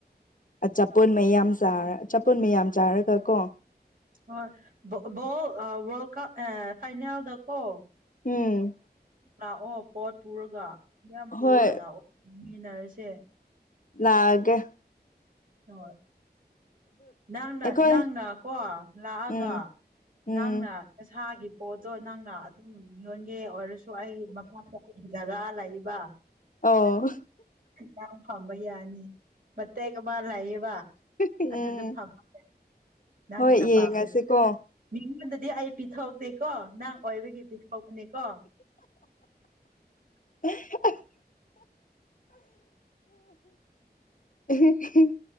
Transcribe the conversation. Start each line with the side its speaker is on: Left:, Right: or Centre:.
Left: ꯑꯆꯥꯄꯣꯜ ꯃꯌꯥꯝ ꯆꯔ ꯑꯆꯥꯄꯣꯟ ꯃꯌꯥꯝ ꯆꯥꯔꯒ ꯀꯣ꯫
Right: ꯍꯣꯏꯣꯜ ꯋꯥꯔꯜ ꯀꯞ ꯑꯦ ꯐꯥꯏꯅꯦꯜꯗꯀꯣ꯫
Left: ꯎꯝ꯫
Right: ꯂꯥꯛꯑꯣ ꯄꯣꯠ ꯄꯨꯔꯒ ꯃꯌꯥꯝ ꯄꯨꯔꯒ
Left: ꯍꯣꯏ
Right: ꯂꯥꯛꯑꯣ ꯌꯦꯡꯃꯤꯟꯅꯔꯁꯦ꯫
Left: ꯂꯒꯦ꯫
Right: ꯍꯣꯏ ꯅꯪꯅ
Left: ꯑꯩꯈꯣꯏ
Right: ꯅꯪꯅ ꯀꯣ ꯂꯥꯛꯑꯒ꯫
Left: ꯎꯝ ꯎꯝ
Right: ꯅꯪꯅ ꯅꯁꯥꯒꯤ꯫ ꯄꯣꯠꯇꯣ ꯅꯪꯅ ꯑꯗꯨꯝ ꯌꯣꯟꯒꯦ ꯑꯣꯏꯔꯁꯨ ꯑꯩ ꯃꯐꯝꯒꯤ ꯖꯒꯥ ꯂꯩꯕ꯫
Left: ꯑꯣ
Right: ꯌꯥꯝ ꯐꯝꯕ ꯌꯥꯅꯤ ꯃꯇꯦꯛ ꯃꯥ ꯂꯩꯌꯦꯕ꯫
Left: ꯎꯝ
Right: ꯑꯗꯨꯗ ꯐꯃ ꯅꯪꯅ
Left: ꯍꯣꯏ ꯌꯦꯡꯉꯁꯤꯀꯣ
Right: ꯄꯥꯝꯕ ꯑꯩꯉꯣꯟꯗꯗꯤ ꯑꯩ ꯄꯤꯊꯣꯛꯇꯦꯀꯣ ꯅꯪ ꯑꯣꯏꯕꯒꯤ ꯄꯤꯊꯣꯛꯄꯅꯤꯀꯣ꯫
Left: ꯑꯦ ꯍꯦ <unintelligible> ꯎ <unintelligible>